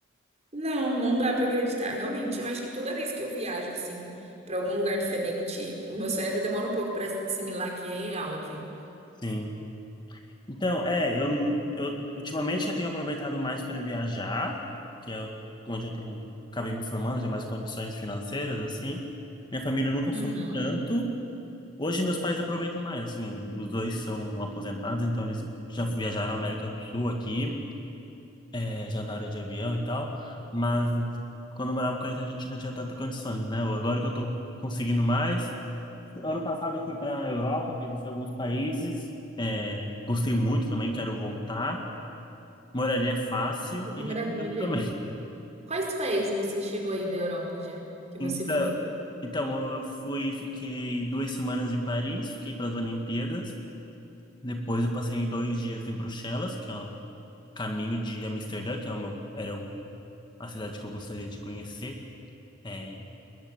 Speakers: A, on the right (about 35°); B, on the left (about 25°).
A: Não, não dá pra acreditar, realmente. Eu acho que toda vez que eu viajo assim pra algum lugar diferente, o meu cérebro demora um pouco pra assimilar que é real aquilo.
B: Sim. Então, é, eu, eu ultimamente que eu tenho aproveitado mais para viajar, que é o- onde eu tenho, acabei me formando, tenho mais condições financeiras, assim. Minha família nunca
A: Uhum.
B: foi tanto. Hoje meus pais aproveitam mais, assim, os dois são aposentados, então eles já viajaram à América do Sul aqui, é, já andaram de avião e tal, mas quando eu morava com eles a gente não tinha tanta condições, né? Agora que eu tô conseguindo mais, Ano passado eu fui para a Europa, visitei alguns países, é, gostei muito também, quero voltar. Moraria fácil
A: Nossa, que
B: e
A: maravilha.
B: recomendo também. <laughs>
A: Quais países você chegou aí da Europa já? Que você
B: Então,
A: foi?
B: então eu fui, fiquei duas semanas em Paris, fiquei para as Olimpíadas. Depois eu passei dois dias em Bruxelas, que é o caminho de Amsterdã, que é o meu, era o, a cidade que eu gostaria de conhecer. É,